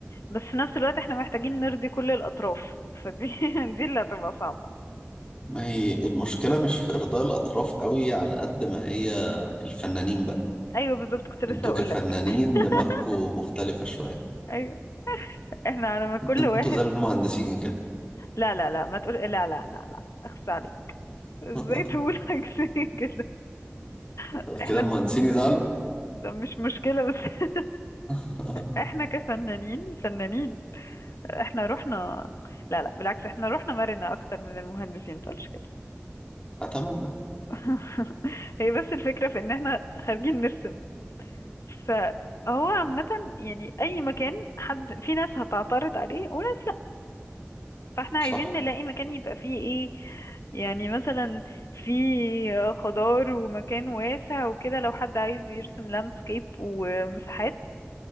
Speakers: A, on the left; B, on the left.
A: بس في نفس الوقت احنا محتاجين نرضي كل الاطراف فدي <laughs> دي اللي هتبقى صعبة
B: ما هي المشكلة مش في ارضاء الاطراف قوي على قد ما هي الفنانين بقى
A: ايوه بالظبط كنت لسه
B: انتوا
A: هقول
B: كفنانين
A: لك <laughs>
B: دماغكوا مختلفة شوية
A: ايوه احنا على ما كل
B: انتوا
A: واحد
B: زي المهندسين كده
A: لا لا لا ما تقول لا لا لا لا, لا. اخس عليك ازاي
B: <laughs>
A: تقول حاجة زي كده <laughs> احنا
B: كده المهندسين يزعلوا
A: ده مش مشكلة بس <laughs>
B: <laughs>
A: احنا كفنانين فنانين احنا رحنا لا لا بالعكس احنا رحنا مرنا اكتر من المهندسين متقولش كده
B: اتمنى
A: <laughs> هي بس الفكرة في ان احنا خارجين نرسم فهو عامة يعني اي مكان حد في ناس هتعترض عليه وناس لا فاحنا
B: صح
A: عايزين نلاقي مكان يبقى فيه ايه يعني مثلا في خضار ومكان واسع وكده لو حد عايز يرسم لاندسكيب ومساحات